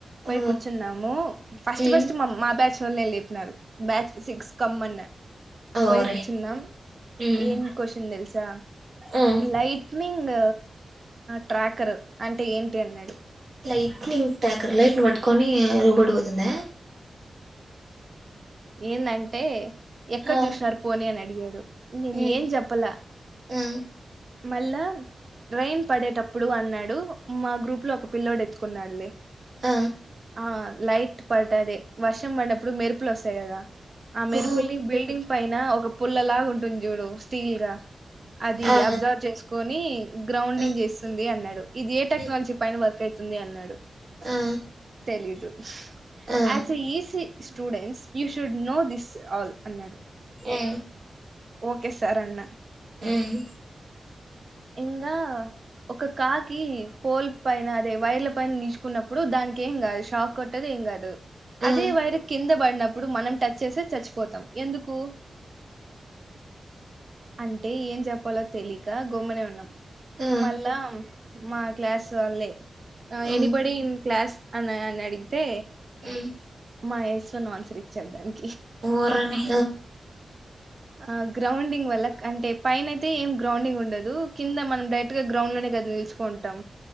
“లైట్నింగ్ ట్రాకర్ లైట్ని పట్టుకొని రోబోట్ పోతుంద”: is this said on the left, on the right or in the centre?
Right